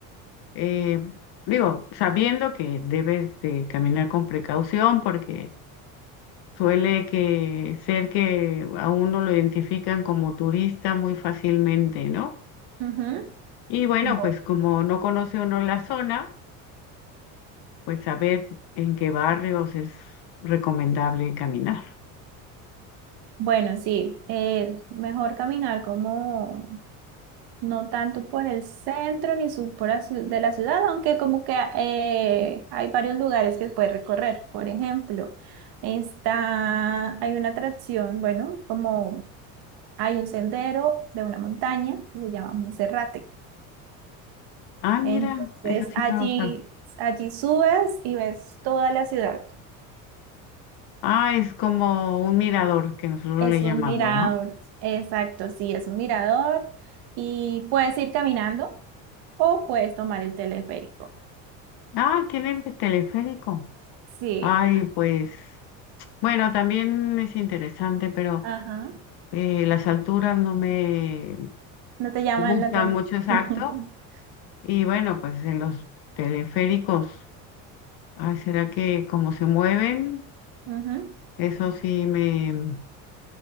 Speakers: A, on the left; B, on the right.
A: eh, digo, sabiendo que debes de caminar con precaución porque suele que ser que a uno lo identifican como turista muy fácilmente, ¿no?
B: Ujú.
A: Y bueno,
B: Bu-
A: pues como no conoce uno la zona, pues saber en qué barrios es recomendable caminar.
B: Bueno, sí, eh, mejor caminar como No tanto por el centro ni sur por la ciu- de la ciudad, aunque como que eh, hay varios lugares que puedes recorrer. Por ejemplo, está, hay una atracción, bueno, como hay un sendero de una montaña que se llama Monserrate.
A: Ah, mira,
B: Entonces
A: eso sí
B: allí,
A: no lo sab-
B: allí subes y ves toda la ciudad.
A: Ah, es como un mirador que nosotros
B: Es
A: le llamamos,
B: un mirador,
A: ¿no?
B: exacto, sí, es un mirador y puedes ir caminando o puedes tomar el teleférico.
A: Ah, tienen que teleférico.
B: Sí,
A: Ay, pues, bueno, también es interesante, pero
B: ajá.
A: eh, las alturas no me
B: No te llaman
A: gustan
B: la atención.
A: mucho exacto.
B: <laughs>
A: Y bueno, pues en los teleféricos, ay, ¿será que como se mueven?
B: Ujú.
A: Eso sí me,